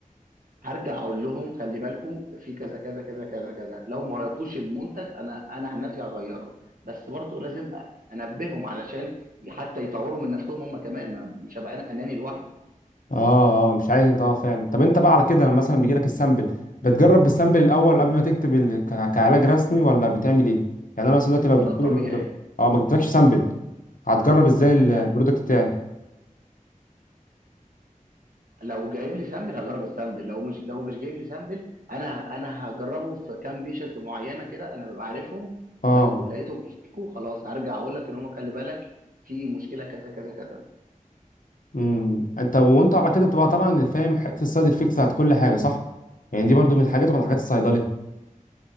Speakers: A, on the right (about 75°); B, on the left (about 70°).
A: هرجع اقول لهم خلي بالكم في كذا كذا كذا كذا كذا لو ما غيرتوش المنتج انا انا عن نفسي هغيره بس برضه لازم أ- انبههم علشان حتى يطوروا من نفسهم هم كمان ما مش هبقى انا اناني لوحدي
B: اه اه مش عايز انت اه فعلا طب انت بقى على كده لما مثلا بيجي لك السامبل بتجرب السامبل الاول قبل ما تكتب ال... ك- كعلاج رسمي ولا بتعمل ايه يعني انا مثلا دلوقتي لو
A: فده
B: دكتور
A: الطبيعي
B: لو جاب-
A: يعني
B: اه ما جبتلكش سامبل هتجرب ازاي البرودكت
A: لا
B: بتاعي
A: لو جايب لي سامبل هجرب السامبل لو مش لو مش جايب لي سامبل انا انا هجربه في كام بيشنت معينه كده انا ببقى عارفهم
B: اه
A: لو لقيتهم بيشتكوا خلاص هرجع اقول لك ان هم خلي بالك في مشكله كذا كذا كذا
B: امم انت وانت على كده بتبقى طبعا فاهم حته السايد افكت بتاعت كل حاجه صح يعني دي برضو من الحاجات ولا حاجات الصيدليه